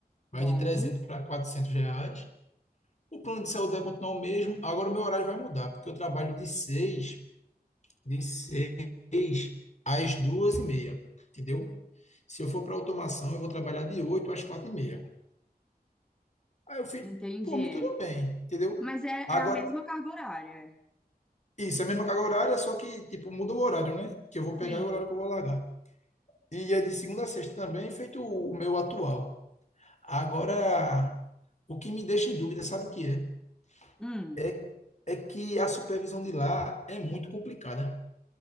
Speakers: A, on the left (about 45°); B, in the centre.
A: vai
B: bom,
A: de 300 para 400 reais. O plano de saúde vai continuar o mesmo. Agora o meu horário vai mudar, porque eu trabalho de seis, de seis às 2 e meia, entendeu? Se eu for para automação, eu vou trabalhar de 8 às 4 e meia. Aí eu fiz,
B: entendi.
A: por mim tudo bem, entendeu?
B: Mas é,
A: Agora,
B: é a mesma carga horária?
A: isso, é a mesma carga horária, só que, tipo, muda o horário, né? Que eu vou
B: Sim.
A: pegar e o horário que eu vou largar. E é de segunda a sexta também, feito o o meu atual. Agora, o que me deixa em dúvida, sabe o que é?
B: Hum.
A: é, é que a supervisão de lá é muito complicada,